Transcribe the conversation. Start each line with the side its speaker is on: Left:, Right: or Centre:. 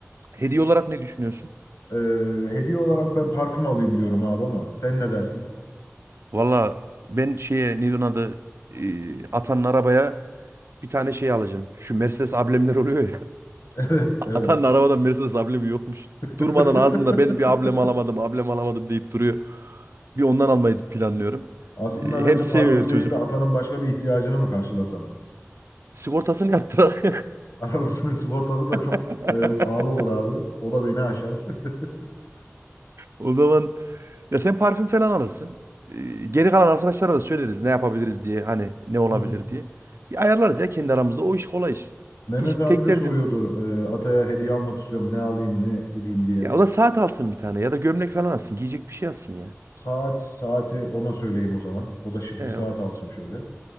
Right: Hediye olarak ne düşünüyorsun?
Left: Ee, hediye olarak ben parfüm alayım diyorum abi ama sen ne dersin? <laughs>
Right: Valla ben şeye neydi onun adı? Ee, atanın arabaya bir tane şey alacağım. Şu Mercedes amblemler oluyor
Left: Evet evet.
Right: Atanın arabadan Mercedes ablemi yokmuş.
Left: <laughs>
Right: Durmadan ağzında ben bir ablem alamadım, ablem alamadım deyip duruyor. Bir ondan almayı planlıyorum.
Left: Aslında
Right: Ee,
Left: ben
Right: Hem
Left: de
Right: seviyor
Left: parfüm
Right: çocuk.
Left: değil de atanın başka bir ihtiyacını mı karşılasam?
Right: Sigortasını yaptırak.
Left: <laughs> Arabasının sigortası da çok
Right: <laughs>
Left: e, pahalı olur abi. O da beni aşar. <laughs>
Right: O zaman ya sen parfüm falan alırsın. Ee, Geri kalan arkadaşlara da söyleriz ne yapabiliriz diye. Hani ne olabilir
Left: Hı hı.
Right: diye. Bir ayarlarız ya kendi aramızda. O iş kolay iş.
Left: Mehmet
Right: İş tek
Left: abi de
Right: derdim.
Left: soruyordu e, Atay'a hediye almak istiyorum ne alayım ne edeyim diye.
Right: Ya o da saat alsın bir tane ya da gömlek falan alsın. Giyecek bir şey alsın ya.
Left: Saat saati ona söyleyeyim o zaman. O da şık
Right: Ee,
Left: bir saat alsın şöyle.